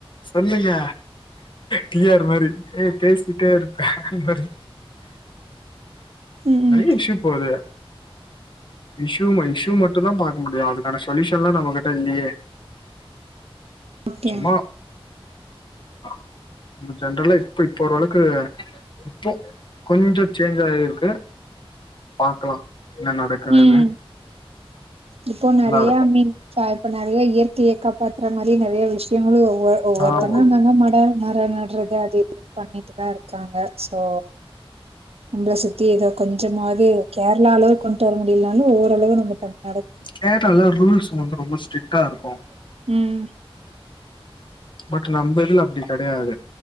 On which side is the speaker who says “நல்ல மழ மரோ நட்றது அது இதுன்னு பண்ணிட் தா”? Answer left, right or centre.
Right